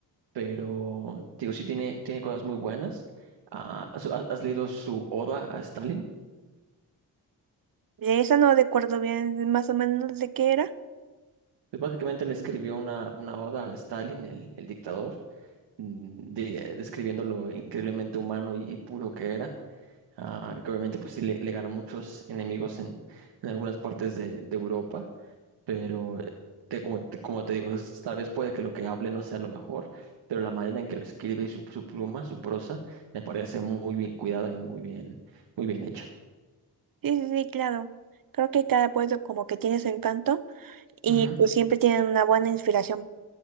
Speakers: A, on the right; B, on the right.
A: pero digo, sí tiene, tiene cosas muy buenas. Ah, ¿has, has leído su Oda a Stalin?
B: De esa no recuerdo bien más o menos de qué era.
A: Pues básicamente le escribió una, una oda a Stalin, el, el dictador, mm, de- describiendo lo increíblemente humano y, puro que era. Ah, que obviamente pues sí le, le ganó muchos enemigos en, en algunas partes de, de Europa, pero te- como, te como te digo, es- tal vez puede que lo que hable no sea lo mejor, pero la manera en que lo escribe y su, su pluma, su prosa, me parece muy bien cuidada y muy bien, muy bien hecha.
B: Sí, sí, sí, claro. Creo que cada poeta como que tiene su encanto. y
A: Ujú,
B: pues siempre tienen una buena inspiración.